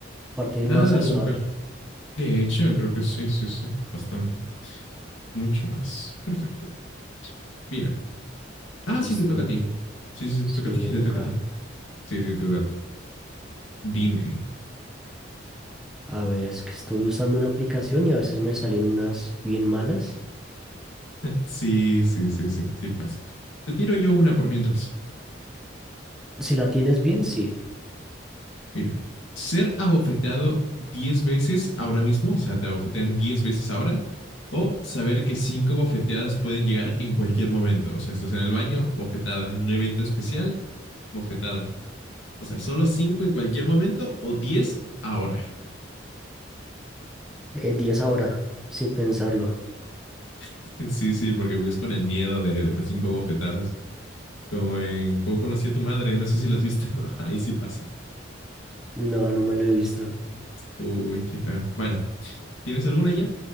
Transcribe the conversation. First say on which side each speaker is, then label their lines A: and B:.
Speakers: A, in the centre; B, on the left.
A: aparte
B: Nada
A: más saludable.
B: de azúcar. De hecho, creo que sí, sí, sí, bastante. Mucho más. Perfecto. Mira. Ah,
A: Listo,
B: sí, te toca a ti. Sí, sí, sí,
A: sí,
B: te toca a ti,
A: me
B: <laughs> te
A: toca.
B: toca a ti. Sí, sí, tú date. Dime.
A: A ver, es que estoy usando una aplicación y a veces me salen unas bien malas.
B: Sí, sí, sí, sí, sí pasa. Te tiro yo una por mientras.
A: Si la tienes bien, sí.
B: Mira, ser abofeteado 10 veces ahora mismo, o sea, te abofetean 10 veces ahora, o saber que cinco bofeteadas pueden llegar en cualquier momento. O sea, estás en el baño, bofetada, en un evento especial, bofetada. O sea, solo cinco en cualquier momento o 10 ahora.
A: Eh, 10 ahora, sin pensarlo.
B: <laughs> Sí, sí, porque vives con el miedo de, de las cinco bofetadas. Como en cómo conocí a tu madre, no sé si la has visto. <laughs> Ahí sí pasa.
A: No, no me lo he visto.
B: Uy, qué feo. Bueno, ¿tienes alguna ya?